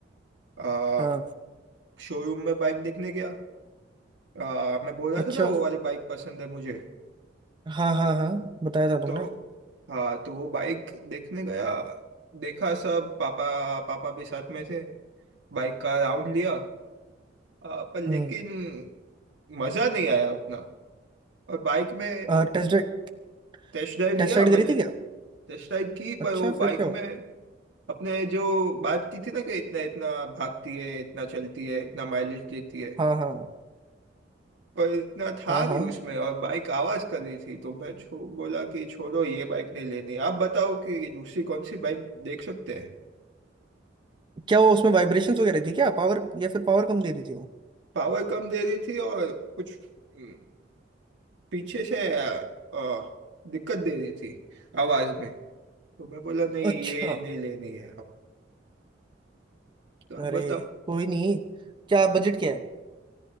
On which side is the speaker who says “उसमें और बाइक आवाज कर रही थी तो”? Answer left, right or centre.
Right